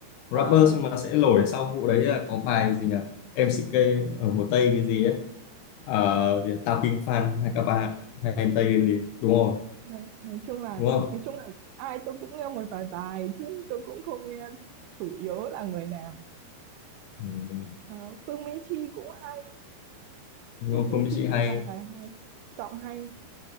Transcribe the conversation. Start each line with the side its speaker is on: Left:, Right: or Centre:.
Right: Ờ,
Left: rapper mà sẽ nổi sau vụ đấy là có bài gì nhỉ em MCK ở Hồ Tây cái gì ấy Ờ, gì Tao Kinh Phan hay các bạn hay em Tây cái gì đúng rồi
Right: Nói, nói chung là
Left: đúng không
Right: nói chung là ai tôi cũng nghe một vài bài chứ tôi cũng không nghe chủ yếu là người nào
Left: ừ.
Right: Ờ, Phương Mỹ Chi cũng hay
Left: đúng
Right: Phương
Left: không
Right: Mỹ
Left: Phương Mỹ
Right: Chi
Left: Chi hay
Right: có vài bài hay giọng hay